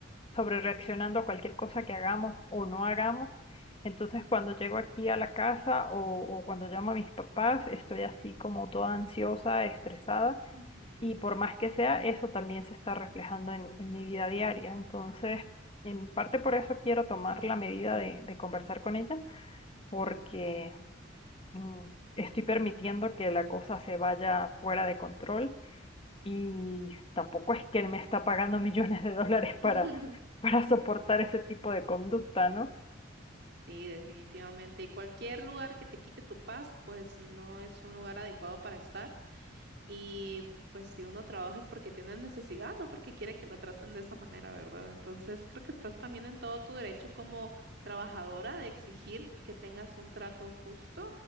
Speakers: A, on the left (about 30°); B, on the right (about 55°).
A: sobre reaccionando a cualquier cosa que hagamos o no hagamos. Entonces, cuando llego aquí a la casa o, o cuando llamo a mis papás, estoy así como toda ansiosa, estresada.
B: Ujú.
A: Y por más que sea, eso también se está reflejando en, en mi vida diaria. Entonces, en parte por eso quiero tomar la medida de, de conversar con ella, porque mm, estoy permitiendo que la cosa se vaya fuera de control y tampoco es que me está pagando <laughs> millones de dólares para,
B: <laughs>
A: para soportar ese tipo de conducta, ¿no?
B: Sí, definitivamente. Y cualquier lugar que te quite tu paz, pues no es un lugar adecuado para estar. Y pues si uno trabaja es porque tiene necesidad, no porque quiere que lo traten de esa manera, ¿verdad? Entonces creo que estás también en todo tu derecho como trabajadora de exigir que tengas un trato justo